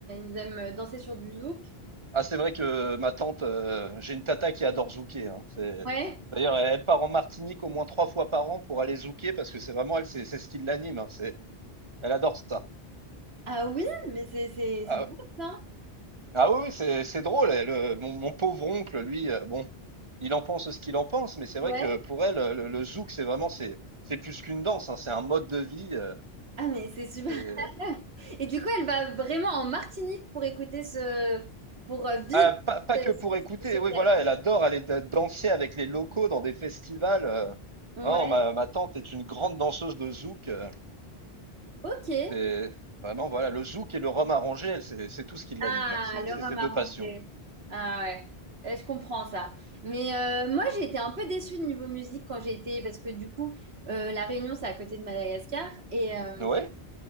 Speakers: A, on the right (about 80°); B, on the right (about 30°).
A: ils aiment danser sur du zouk.
B: Ah, c'est vrai que ma tante, euh, j'ai une tata qui adore zouker, hein. C'est...
A: Ouais.
B: D'ailleurs, elle, elle part en Martinique au moins trois fois par an pour aller zouker parce que c'est vraiment elle, c'est c'est ce qui l'anime, hein. C'est... Elle adore ça.
A: Ah oui, mais c'est c'est
B: Ah,
A: c'est drôle ça.
B: Ah oui, oui, c'est c'est drôle. elle, euh, mon, mon pauvre oncle, lui, euh, bon, il en pense ce qu'il en pense, mais c'est vrai
A: Ouais.
B: que pour elle, le, le zouk, c'est vraiment, c'est c'est plus qu'une danse, hein, c'est un mode de vie. euh,
A: Ah mais c'est super.
B: c'est-
A: <laughs> Et du coup, elle va vraiment en Martinique pour écouter ce pour euh, vivre
B: ah, pas, pas
A: ce,
B: que pour écouter.
A: ce- ce
B: Oui,
A: rêve.
B: voilà, elle adore aller da- danser avec les locaux dans des festivals. euh.
A: Ouais.
B: Oh, ma, ma tante est une grande danseuse de zouk. euh,
A: Ok.
B: c'est vraiment, voilà, le zouk et le rhum arrangé, elle, c'est c'est tout ce qui l'anime.
A: Ah,
B: hein, C'est
A: le
B: c'est
A: rhum
B: ses deux
A: arrangé.
B: passions.
A: Ah ouais, Euh, je comprends ça. Mais euh, moi, j'ai été un peu déçue de niveau musique quand j'ai été, parce que du coup, euh, La Réunion, c'est à côté de Madagascar. Et, euh,
B: Ouais,